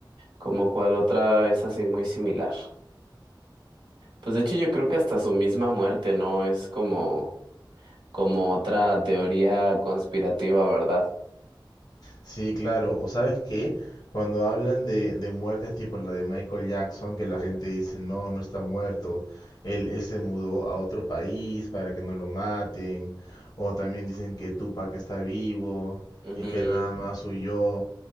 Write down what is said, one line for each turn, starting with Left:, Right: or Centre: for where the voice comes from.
Right: como cuál otra es así muy similar. Pues de hecho yo creo que hasta su misma muerte, ¿no? Es como, como otra teoría conspirativa, ¿verdad?
Left: Sí, claro. O sabes qué, cuando hablan de, de muertes tipo la de Michael Jackson, que la gente dice, no, no está muerto, él, él se mudó a otro país para que no lo maten, o también dicen que Tupac está vivo
Right: Ujú,
Left: y que nada más huyó,